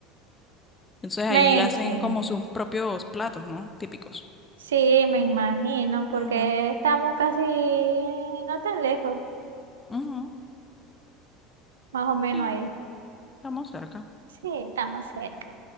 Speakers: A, on the left; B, on the right.
A: Entonces ahí
B: Messi
A: hacen como sus propios platos, ¿no? Típicos.
B: sí, me imagino, porque
A: Ujú,
B: estamos casi no tan lejos,
A: ujú,
B: más o menos
A: Sí,
B: ahí.
A: estamos cerca.
B: Sí, estamos cerca.